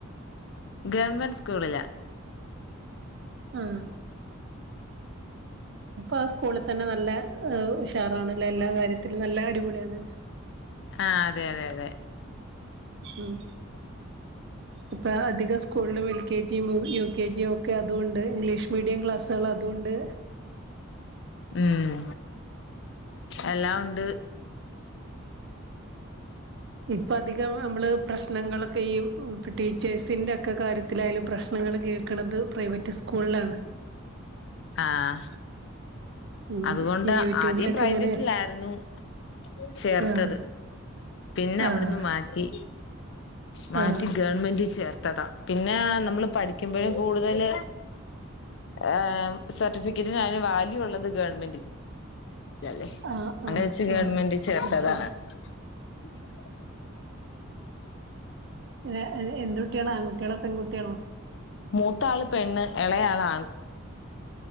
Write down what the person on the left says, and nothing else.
ഗവൺമെന്റ് സ്കൂളിലാ
ആഹ് അതെ അതെ അതെ
ഉം എല്ലാം ഉണ്ട്
ആഹ്
അതുകൊണ്ട്
ആദ്യം പ്രൈവറ്റിലായിരുന്നു
ചേർത്തത്
പിന്നെ
അവിടുന്ന് മാറ്റി മാറ്റി
ഗവൺമെന്റ് ചേർ ത്തതാ പിന്നെ നമ്മള് പഠിക്കുമ്പഴും കൂടുതല് ഏഹ്‌ സർട്ടിഫിക്ക് <unintelligible> അയിന് വാല്യൂ ഉള്ളത് ഗവൺമെന്റ് ഇല്ലല്ലേ
അങ്ങനെ
വെ ച്ച് ഗവൺമെന്റിൽ
ചേർത്തതാണ്
ഉ <unintelligible>
മൂത്താള് പെണ്ണ് ഇളയാള് ആൺ